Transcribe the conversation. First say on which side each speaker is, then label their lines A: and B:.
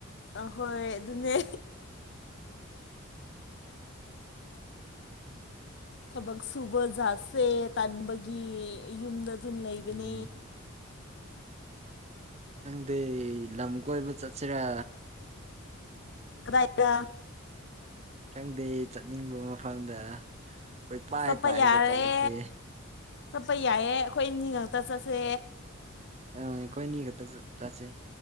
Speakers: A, on the left (about 55°); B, on the right (about 30°).
A: ꯑꯍꯣꯏ ꯑꯗꯨꯅꯦ ꯊꯕꯛ ꯁꯨꯕ ꯖꯠꯁꯦ ꯇꯥꯟꯕꯒꯤ ꯌꯨꯝꯗ ꯑꯗꯨꯝ ꯂꯩꯕꯅꯦ
B: ꯎꯝ ꯈꯪꯗꯦ ꯂꯝ ꯀꯣꯏꯕ ꯆꯠꯁꯤꯔꯥ
A: ꯀ ꯏꯗ
B: ꯈꯪꯗꯦ ꯆꯠꯅꯤꯡꯕ ꯃꯐꯝꯗ ꯑꯩꯈꯣꯏ ꯄꯥꯏ
A: ꯆꯠꯄ
B: ꯄꯥꯏꯔꯒ
A: ꯌꯥꯔꯦ
B: ꯆꯠꯂꯁꯦ
A: ꯆꯠꯄ ꯌꯥꯏꯌꯦ ꯑꯩꯈꯣꯏ ꯏꯅꯤ ꯉꯇ ꯆꯠꯁꯦ
B: ꯑ ꯀꯣꯏꯅꯤ ꯀꯗ ꯆꯁꯦ